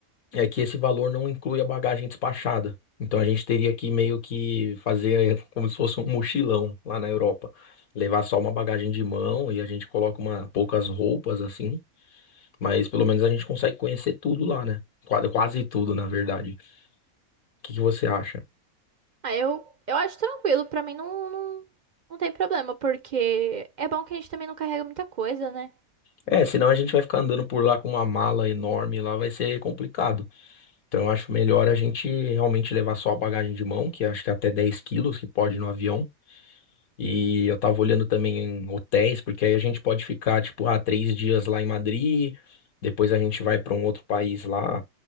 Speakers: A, on the left (about 75°); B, on the right (about 60°).
A: é que esse valor não inclui a bagagem despachada. Então a gente teria que meio que fazer <laughs> como se fosse um mochilão lá na Europa. Levar só uma bagagem de mão e a gente coloca uma, poucas roupas assim, mas pelo menos a gente consegue conhecer tudo lá, né? Qua- Quase tudo, na verdade. O que que você acha?
B: Ah, eu, eu acho tranquilo, pra mim não, não, não tem problema, porque é bom que a gente também não carrega muita coisa, né?
A: É, senão a gente vai ficar andando por lá com uma mala enorme, lá vai ser complicado. Então eu acho melhor a gente realmente levar só a bagagem de mão, que acho que é até 10 quilos que pode no avião. E eu tava olhando também em hotéis, porque aí a gente pode ficar, tipo, ah, três dias lá em Madrid, depois a gente vai para um outro país lá.